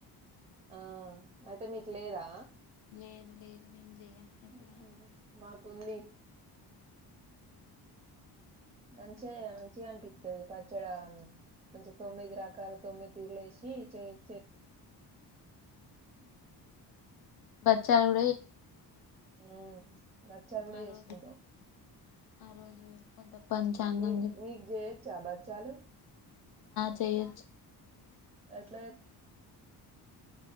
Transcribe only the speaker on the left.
లేదు లేదు మేము చెయ్యం ఎప్పుడైనా
బచ్చాలు కూడా చేసుకుంటాం
ఆ
రోజు ఆ రోజు కొంత పంచాంగం
చేయొచ్చు